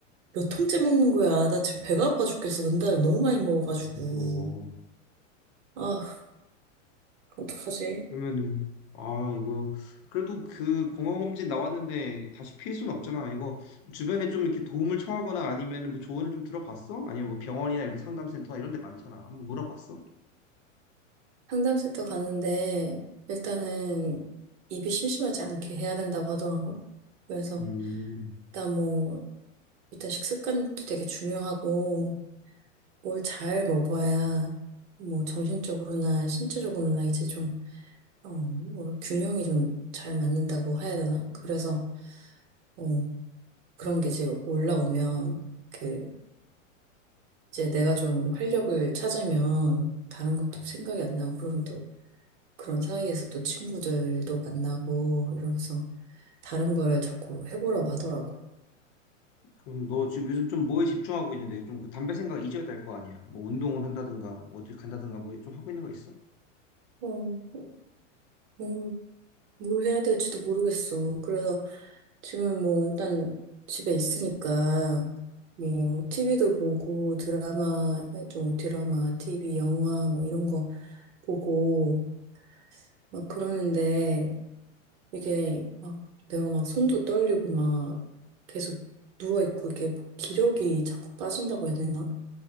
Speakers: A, on the right (about 60°); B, on the left (about 45°).
A: 몇 통째 먹는 거야. 나 지금 배가 아파 죽겠어. 은단을 너무 많이 먹어가지고.
B: 이거,
A: 아, 어떡하지?
B: 그러면은, 아, 이거, 그래도 그 건강검진 나왔는데 다시 피할 수는 없잖아. 이거 주변에 좀 이렇게 도움을 청하거나 아니면 뭐 조언을 좀 들어봤어? 아니면 뭐 병원이나 이런 상담센터 이런 데 많잖아. 한번 물어봤어?
A: 상담센터 가는데 일단은 입이 심심하지 않게 해야 된다고 하더라고. 그래서
B: 음.
A: 일단 뭐, 일단 식습관도 되게 중요하고 뭘 잘 먹어야 뭐 정신적으로나 신체적으로나 이제 좀 어, 뭐 균형이 좀 잘 맞는다고 해야 되나? 그래서 어, 그런 게 이제 올라오면 그 이제 내가 좀 활력을 찾으면 다른 것도
B: 응.
A: 생각이 안 나고 그럼 또 그런 사이에서 또 친구들도 만나고 이러면서 다른 거를 자꾸 해보려고 하더라고.
B: 그럼 너 지금 요즘 좀 뭐에 집중하고 있는데 좀 그 담배 생각 잊어야 될 거 아니야? 뭐 운동을 한다든가 뭐 어디 간다든가 뭐 좀 하고 있는 거 있어?
A: 어, 음, 뭘 해야 될지도 모르겠어. 그래서 지금 뭐 일단 집에 있으니까 뭐 TV도 보고 드라마 좀 뭐 드라마, TV, 영화 뭐 이런 거 보고 막 그러는데 이게 막 내가 막 손도 떨리고 막 계속 누워 있고 이게 뭐 기력이 자꾸 빠진다고 해야 되나?